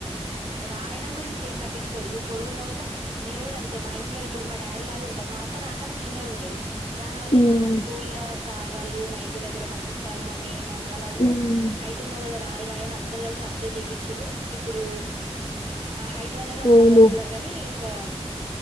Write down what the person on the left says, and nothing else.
ఉమ్,
ఉమ్,
అవును